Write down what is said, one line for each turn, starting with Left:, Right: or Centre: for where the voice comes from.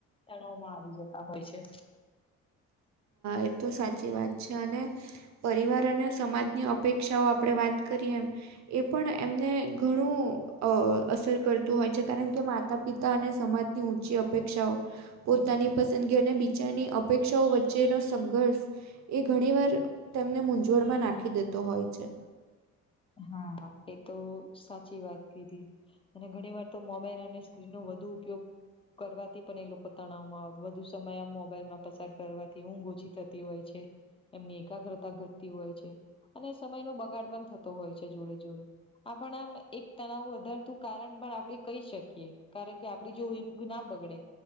Left: તણાવમાં આવી જતા હોય છે.
Right: એ તો સાચી વાત છે અને પરિવાર અને સમાજની અપેક્ષાઓ આપણે વાત કરીએ એમ એ પણ એમને ઘણું અસર કરતું હોય છે કારણ કે માતા પિતા અને સમાજની ઊંચી અપેક્ષાઓ પોતાની પસંદગીઓ અને બિચારની અપેક્ષાઓ વચ્ચે જેનો સંઘર્ષ એ ઘણીવાર તેમને મૂંઝવણમાં નાખી દેતો હોય છે.
Left: હા એ તો સાચી વાત કીધી. અને ઘણી વાર તો મોબાઈલ અને સ્ક્રીન નો વધુ ઉપયોગ કરવાથી પણ એ લોકો તણાવમાં આવ વધુ સમય આ મોબાઈલ માં પસાર કરવાથી ઊંઘ ઓછી થતી હોય છે. એમની એકાગ્રતા ઘટતી હોય છે અને સમયનો બગાડ પણ થતો હોય છે જોડે જોડે. આપ આમ એક તણાવ વધારતું કારણ પણ આપણે કહી શકીએ કારણ કે આપડી જોઈ ના બગડે.